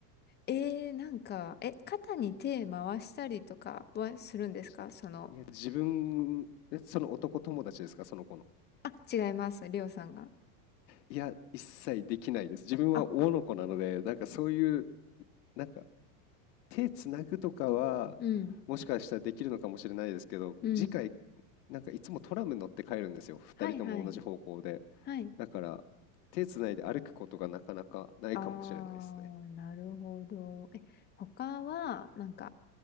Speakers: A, on the left (about 20°); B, on the left (about 80°).
A: えー、なんか、え、肩に手回したりとかはするんですかその、
B: じいや、自分、えその男友達ですか、その子の。
A: あ、違います、りょうさんが。
B: いや、一切できないです。自分は男の子なので、
A: あ、
B: なんかそういう、なんか手つなぐとかは、
A: うん、
B: もしかしたらできるのかもしれないですけど、
A: うん。
B: 次回、なんかいつもトラム乗って帰るんですよ。二人とも同じ方向で。
A: はいはい、はい。
B: だから、手つないで歩くことがなかなかないかもしれないですね。
A: あー、なるほど。え、他は、なんか、